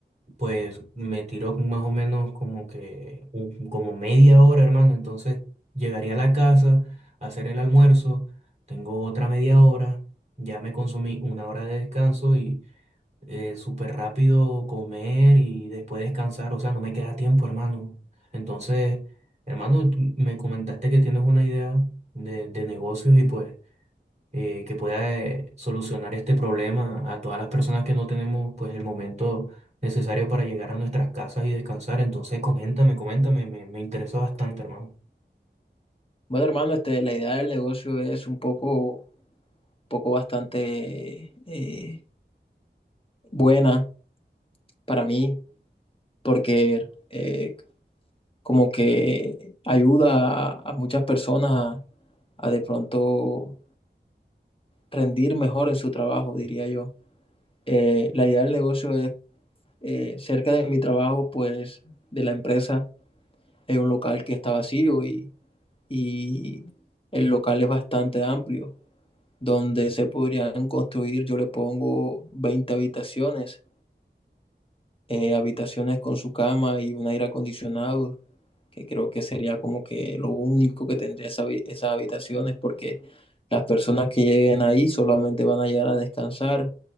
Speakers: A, on the right; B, on the left.
A: Pues me tiró más o menos como que un- como media hora, hermano. Entonces llegaría a la casa a hacer el almuerzo. Tengo otra media hora. Ya me consumí una hora de descanso y eh, súper rápido comer y después descansar. O sea, no me queda tiempo, hermano. Entonces, hermano, tú me comentaste que tienes una idea de, de negocios y pues eh, que pueda eh, solucionar este problema a todas las personas que no tenemos pues el momento necesario para llegar a nuestras casas y descansar. Entonces, coméntame, coméntame, me, me interesa bastante, hermano.
B: Bueno, hermano, este, la idea del negocio es un poco, poco bastante eh, buena para mí, porque eh, como que ayuda a, a muchas personas a, a de pronto rendir mejor en su trabajo, diría yo. Eh, la idea del negocio es, eh, cerca de mi trabajo, pues, de la empresa, hay un local que está vacío y, y el local es bastante amplio. donde se podrían construir, yo le pongo 20 habitaciones, eh, habitaciones con su cama y un aire acondicionado, que creo que sería como que lo único que tendría esa habi- esas habitaciones, porque las personas que lleguen ahí solamente van a llegar a descansar